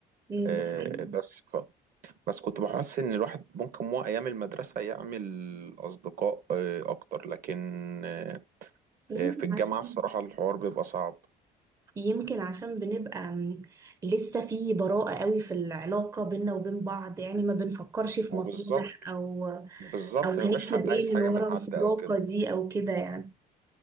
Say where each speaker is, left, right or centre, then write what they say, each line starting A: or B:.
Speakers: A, on the right; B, on the right.
A: مم،
B: آه،
A: دي حقيقة
B: بس بس كنت بحس ان الواحد ممكن مو ايام المدرسه يعمل اصدقاء آه، اكتر لكن آه،
A: يمكن
B: آه، في الجامعه
A: عشان
B: الصراحه الحوار بيبقى صعب
A: يمكن عشان بنبقى مم، لسه في براءة قوي في العلاقة بينا وبين بعض يعني ما بنفكرش في
B: وبالظبط
A: مصالح او
B: بالظبط
A: او هنكسب
B: ما بيبقاش حد
A: ايه
B: عايز حاجه
A: من ورا
B: من حد
A: الصداقة
B: او كده
A: دي او كده يعني